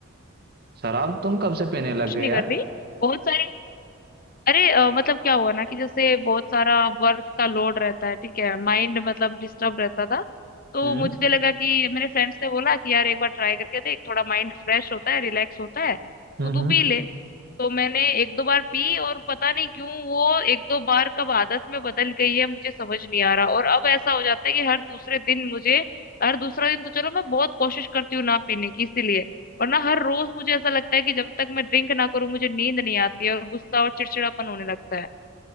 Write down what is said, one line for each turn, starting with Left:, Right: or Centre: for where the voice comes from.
Right: शराब तुम कब से पीने लग
Left: कुछ
Right: गए
Left: नहीं
Right: यार
Left: कर रही बहुत सारी अरे अ, मतलब क्या हुआ ना कि जैसे बहुत सारा वर्क का लोड रहता है ठीक है माइंड मतलब डिस्टर्ब रहता था तो
Right: हम्म
Left: मुझे लगा कि मेरे फ्रेंड्स ने बोला कि यार एक बार ट्राई करके देख थोड़ा माइंड फ्रेश होता है रिलैक्स होता है तो
Right: हम्म
Left: तू
Right: हम्म।
Left: पी ले तो मैंने एक दो बार पी और पता नहीं क्यों वो एक दो बार कब आदत में बदल गई है मुझे समझ नहीं आ रहा और अब ऐसा हो जाता है कि हर दूसरे दिन मुझे हर दूसरा दिन तो चलो मैं बहुत कोशिश करती हूँ ना पीने की इसीलिए और ना हर रोज मुझे ऐसा लगता है कि जब तक मैं ड्रिंक ना करूं मुझे नींद नहीं आती है और गुस्सा और चिड़चिड़ापन होने लगता है